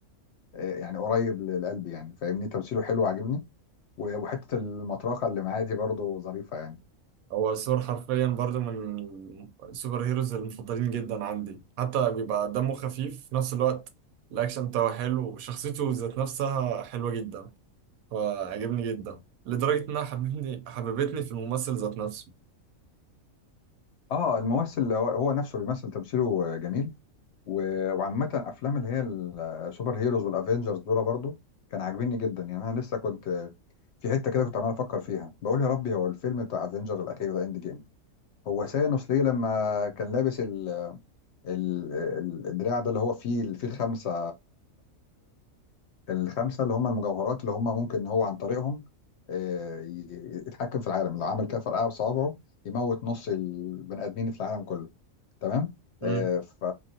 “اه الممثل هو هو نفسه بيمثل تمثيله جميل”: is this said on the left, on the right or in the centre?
Left